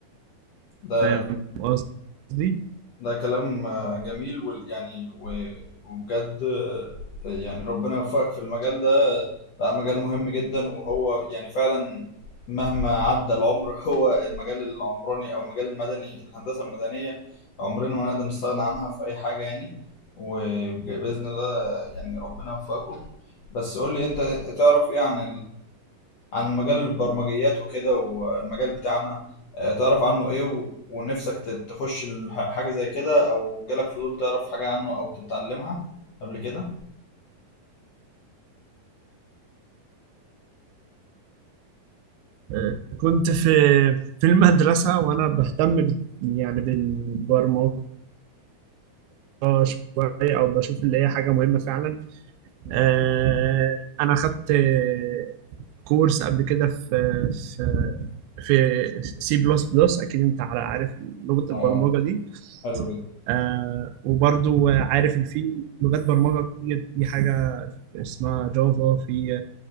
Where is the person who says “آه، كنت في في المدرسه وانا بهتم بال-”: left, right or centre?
Right